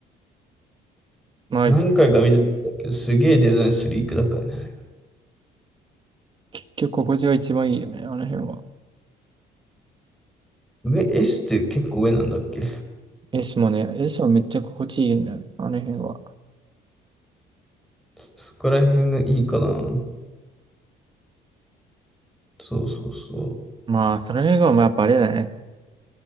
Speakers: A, on the right; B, in the centre.
A: まあ、
B: 何回か見たことあるけど、
A: き
B: すげえデザインスリークだからね。
A: 結局、心地が一番いいよね、あの辺は。
B: 上、S って結構上なんだっけ
A: S もね、S もめっちゃ心地いいんだよね、あの辺は。
B: そこら辺がいいかな。そうそうそ
A: まあ、その辺が、まあ、やっぱあれだね。